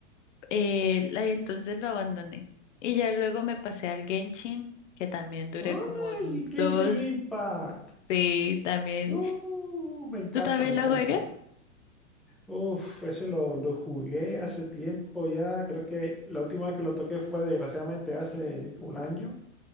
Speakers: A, on the left (about 70°); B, in the centre.
A: Eh, la- y entonces lo abandoné. Y ya luego me pasé al Genshin, que también duré
B: ¡Ay!
A: como dos,
B: Genshin Impact.
A: sí, también.
B: ¡Uh! me encanta,
A: ¿Tú también
B: me encanta.
A: lo juegas?
B: Uf, ese lo, lo jugué hace tiempo ya. Creo que la última vez que lo toqué fue desgraciadamente hace un año.